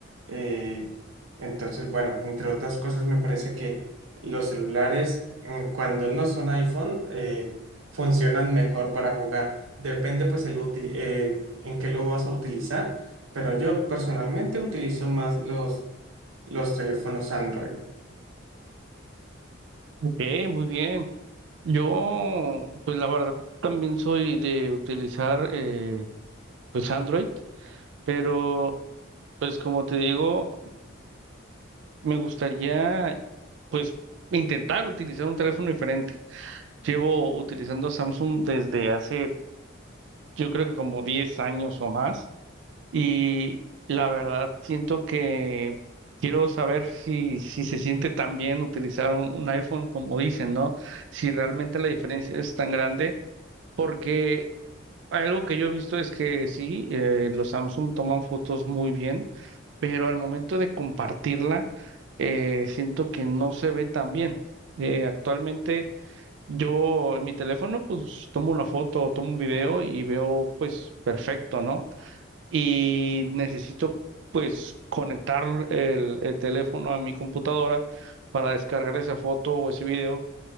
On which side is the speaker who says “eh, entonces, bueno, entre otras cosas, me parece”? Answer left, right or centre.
Right